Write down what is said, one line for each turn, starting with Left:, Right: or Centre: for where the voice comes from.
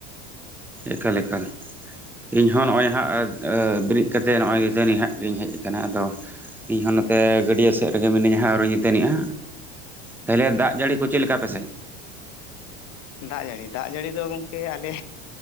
Centre: ᱮᱠᱟᱞ ᱮᱠᱟᱞ ᱤᱧ ᱦᱚᱸ ᱱᱚᱜᱼᱚᱭ ᱦᱟᱸᱜ ᱵᱮᱨᱮᱫ ᱠᱟᱛᱮᱫ ᱱᱚᱜᱼᱚᱭ ᱜᱮ ᱫᱟᱹᱛᱟᱹᱱᱤ ᱦᱟᱸᱜ ᱞᱤᱧ ᱦᱮᱡ ᱟᱠᱟᱱᱟ ᱟᱫᱚ ᱤᱧ ᱦᱚᱸ ᱱᱚᱛᱮ ᱜᱟᱹᱰᱭᱟᱹ ᱥᱮᱫ ᱨᱮ ᱜᱮ ᱢᱤᱱᱟᱹᱧ ᱦᱟᱜ ᱟᱨᱣᱤᱧ ᱫᱟᱹᱛᱟᱹᱱᱤᱜᱼᱟ᱾ ᱛᱟᱦᱞᱮ ᱫᱟᱜ ᱡᱟᱹᱲᱤ ᱠᱚ ᱪᱮᱫ ᱞᱮᱠᱟ ᱟᱯᱮ ᱥᱮᱡ?
Left: ᱫᱟᱜ ᱡᱟᱹᱲᱤ ᱫᱟᱜ ᱡᱟᱹᱲᱤ ᱫᱚ ᱜᱚᱝᱠᱮ ᱟᱞᱮ